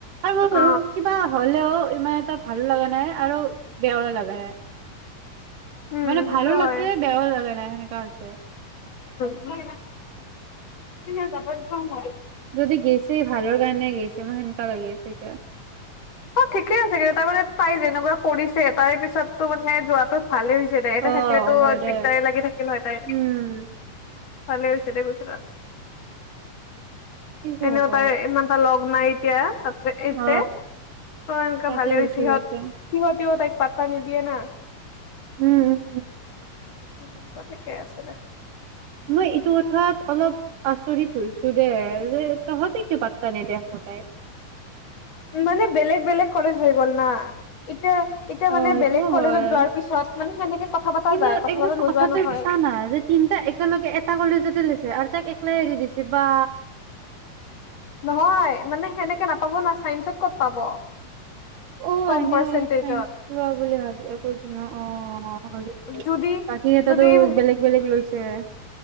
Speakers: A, on the right; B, on the left.
A: আৰু
B: অ
A: কিবা হলেও ইমান এটা ভালো লগা নাই আৰু বেয়াও লগা নে
B: উম
A: মানে
B: সেইটো
A: ভালো লাগছে
B: হয়
A: বেয়াও লাগা নাই সেনেকা হৈছে
B: ম তিনিহজাৰ প চ
A: যদি গৈছে ভালৰ কাৰণে গৈছে। মোৰ কেনকা লাগি আছে এতিয়া
B: অ' ঠিকে আছে, কিন্তু তাই যেনেকুৱা কৰিছে তাৰে পিছতো মানে যোৱাটো ভালেই হৈছে দে, ইয়াতে
A: অ
B: থাকিলেতো
A: হয় দে
B: দিগদাৰী লাগি থাকিল হয় তাই।
A: উম
B: ভালে হৈছে দে গৈছে তাত।
A: কি যে
B: এনেও
A: হব
B: তাই পাৰে ইমান টা লগ নাই ট তেতিয়া এনতে
A: অ
B: তই এনেুৱা
A: তাতে
B: ভালেই
A: গুচি
B: হৈছে সিহঁত
A: গৈছে
B: সিহঁত তেওঁ তাইক পাত্তা নিদিয়ে না।
A: উম উম উম উ
B: তেন্তে ঠিকেই আছিলে দে
A: মই এইটো কথাত অলপ আচৰিত হৈছো দে যে তহঁতে কিয় পাত্তা নিদিয় আকৌ তাইক।
B: মানে বেলেগ বেলেগ কলেজ হৈ গ'ল না এতিয়া এতিয়া
A: অ
B: মানে
A: এইটো
B: বেলেগ কলেজত
A: হয়।
B: যোৱাৰ পিছত মানে সেনেকে কথা পতা
A: কিন্তু
B: যায় কথা
A: একবাৰ
B: পতা নোযোৱা
A: কথাটো
B: নহয়
A: চানা যে তিনটা একেলগে এটা কলেজতে লৈছে, আৰু তাক ওকলে এৰি দিছে, বা।
B: নহয় মানে, সেনেকে নাপাব না, চাইন্সত ক'ত পাব?
A: অ'
B: কম
A: এনেও
B: পাৰ্চেন্টেজত
A: এই চাইন্স লোৱা বুলি ভাবি কৈছিল ন অ'
B: যদি
A: বাকী কেইটাতো
B: যদি
A: বেলেগ বেলেগ লৈছে। <unintelligible>